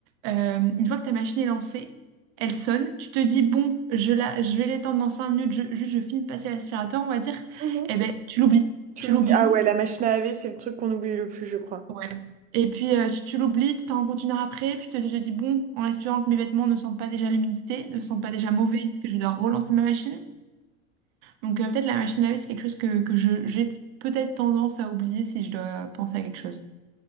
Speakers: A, on the right; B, on the right.
A: Euh, une fois que ta machine est lancée, elle sonne, tu te dis, bon, je, la, je vais l'étendre dans 5 minutes, je, juste je finis de passer l'aspirateur, on va dire.
B: Mhm.
A: Eh ben, tu l'oublies.
B: Tu
A: Tu
B: l'oublies?
A: l'oublies.
B: Ah ouais, la machine à laver, c'est le truc qu'on oublie le plus, je crois.
A: Ouais. Et puis, euh, tu, tu l'oublies, tu t'en rends compte une heure après, puis tu te, tu te dis, bon, en espérant que mes vêtements ne sentent pas déjà l'humidité, ne sentent pas déjà mauvais, que je dois relancer ma machine. Donc, euh, peut-être la machine à laver, c'est quelque chose que, que je, j'ai peut-être tendance à oublier si je dois penser à quelque chose.